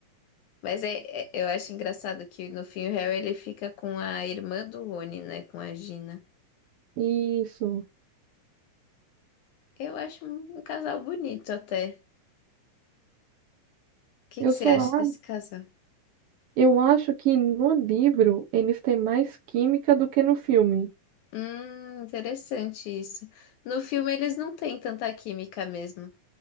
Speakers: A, on the left; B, on the right.
A: Mas é, é- eu acho engraçado que no fim o Harry ele fica com a irmã do Rony, né? Com a Gina.
B: Isso.
A: Eu acho um, um casal bonito até. O que
B: Eu
A: que você
B: só
A: acha
B: a-
A: desse casal?
B: eu acho que no livro eles têm mais química do que no filme.
A: Hum, interessante isso. No filme eles não têm tanta química mesmo.